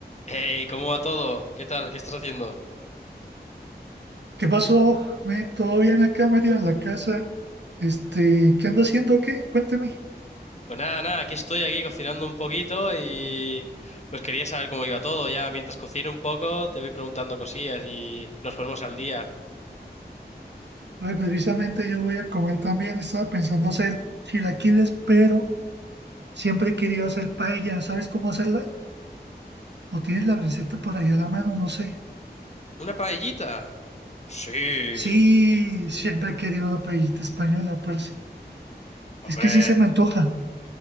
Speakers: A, on the left; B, on the right.
A: Hey, ¿cómo va todo? ¿Qué tal? ¿Qué estás haciendo?
B: ¿Qué pasó? Me, ¿todo bien acá, Mario, en la casa? Este, ¿qué ando haciendo? o ¿Qué? Cuénteme.
A: Pues nada, nada, aquí estoy aquí cocinando un poquito y pues quería saber cómo iba todo. Ya mientras cocino un poco, te voy preguntando cosillas y nos ponemos al día.
B: Ay, precisamente yo voy a comer también. Estaba pensando hacer chilaquiles, pero siempre he querido hacer paella. ¿Sabes cómo hacerla? ¿O tienes la receta por ahí a la mano? No sé.
A: ¿Una paellita? Sí,
B: Sí, siempre he querido una paellita española, parce.
A: hombre,
B: Es que sí se me antoja.